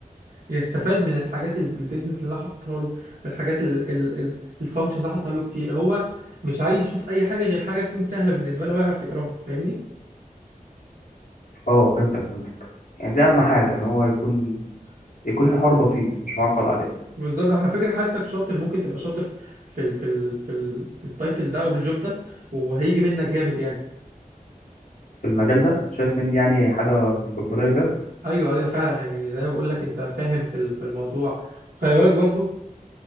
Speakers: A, on the right (about 65°); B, on the left (about 65°).
A: يستفاد من الحاجات ال- البيزنس اللي انا حاططها له والحاجات ال- ال- ال- الفانكشنز اللي أنا حاططها له كتير هو مش عايز يشوف اي حاجه غير حاجه تكون سهله بالنسبه له هو يعرف يقراها فاهمني
B: اه فهمتك فهمتك يعني دي اهم حاجه ان هو يكون يكون الحوار بسيط مش معقد عليه
A: بالظبط أنا على فكره حاسك شاطر ممكن تبقى شاطر في ال في ال في ال في التايتل ده والجوب ده وهيجي منك جامد يعني
B: في المجال ده أنت شايف مني يعني حاجه مستقبليه كده
A: ايوه ايوه فعلا يعني زي ما بقول لك انت فاهم في ال- في الموضوع خلي بالك برضو